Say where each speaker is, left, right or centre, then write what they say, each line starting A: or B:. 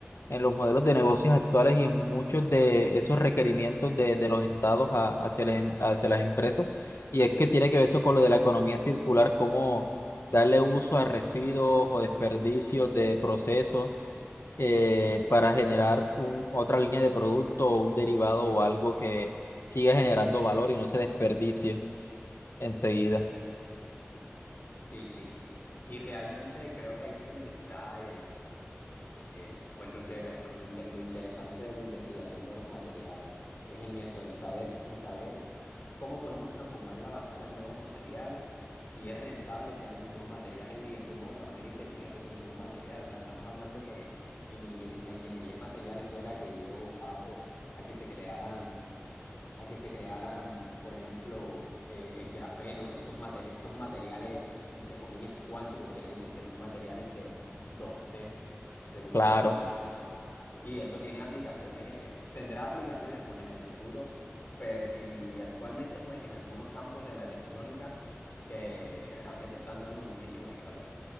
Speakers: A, on the left; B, on the left.
A: en los modelos de negocios actuales y en muchos de esos requerimientos de, de los estados a- hacia las, em- hacia las empresas. Y es que tiene que ver eso con lo de la economía circular, cómo darle uso a residuos o desperdicios de procesos eh, para generar un, otra línea de producto o un derivado o algo que siga generando valor y no se desperdicie enseguida.
B: Sí, sí. Y realmente creo que ahí es donde está el- pues lo chévere, pues lo, inte- lo interesante de la investigación de los materiales es en eso, en saber, en saber cómo podemos transformar la basura en nuevos materiales, si es rentable crear los nuevos materiales y de alguna u otra manera investigar todos esos nuevos materiales. O sea, estamos hablando que en ingen- la ingeniería de materiales fue la que dio paso a que se crearan a que se crearan, por ejemplo, eh, el grafeno, estos, mate- estos materiales, entre comillas, cuánticos que le dicen que son materiales de dos d según,
A: Claro.
B: según les dicen. Y eso tiene aplicaciones, eh, tendrá aplicaciones pues en el futuro, pero, y actualmente pues en algunos campos de la electrónica que realmente están dando muchísimo de qué hablar.